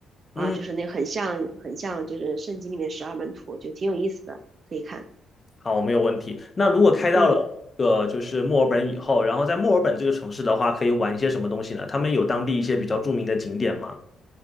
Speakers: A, on the right; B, on the left.
A: 啊，
B: 嗯。
A: 就是那很像很像就是圣经里面十二门徒，就挺有意思的，可以看。
B: 好，没有问题。那如果开到了一个就是墨尔本以后，
A: 嗯。
B: 然后在墨尔本这个城市的话，可以玩一些什么东西呢？他们有当地一些比较著名的景点吗？